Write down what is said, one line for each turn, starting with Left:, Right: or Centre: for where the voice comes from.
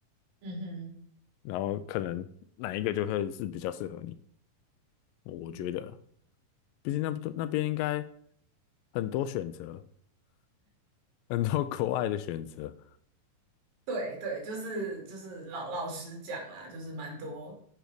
Right: 嗯哼。
Left: 然后可能哪一个就会是比较适合你，我觉得啦。
Right: 嗯
Left: 毕竟那那边应该很多选择，很多国外的选择。
Right: 对对，就是就是老老实讲啦，就是蛮多